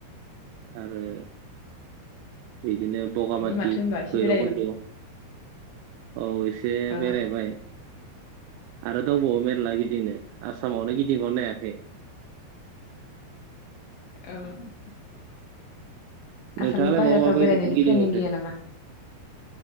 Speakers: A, on the right (about 90°); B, on the left (about 75°).
A: आरो बि बिदिनो बगामाथि
B: बे माथो होनबा
A: भैरबखुन्द
B: एसे बेरायनो
A: औ एसे
B: अ
A: बेरायबाय आरो दंबावो मेरला गिदिंनो आसामावनो गिदिंहरनो नायाखै
B: औ
A: नोंथाङालाय
B: आसामनि बाहेरफ्राव
A: बहाबा बा
B: बेरायनायनि
A: गिदिंहैखो
B: प्लेनिं गैया नामा?